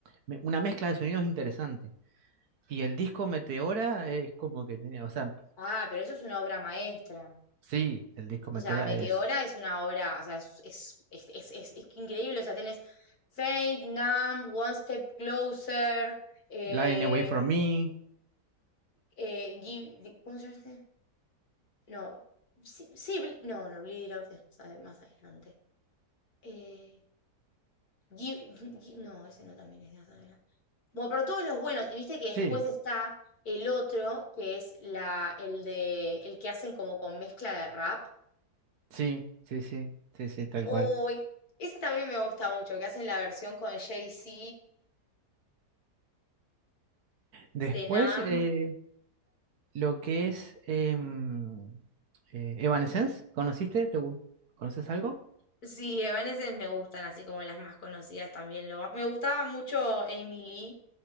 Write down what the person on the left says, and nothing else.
Ah, pero eso es una obra maestra.
O sea, Meteora
es una obra, o sea, es, es, es, es- es- es increíble. O sea, tenés Faint, Numb, One Step Closer, eh,
eh, Give- de- ¿cómo se llama este? No, sí, sí, Ble- no, no, Bleed It Out es más ade- más adelante. Eh, Give- Gi- no, ese no también es de más adelante. Bueno, pero todos los buenos, y viste que después
está el otro, que es la, el de, el que hacen como con mezcla de rap.
Uy,
ese también me gusta mucho, que hacen la versión con Jay-Z,
de Nam.
Sí, Evanescence me gustan, así como las más conocidas también lo. Me gustaba mucho Emily,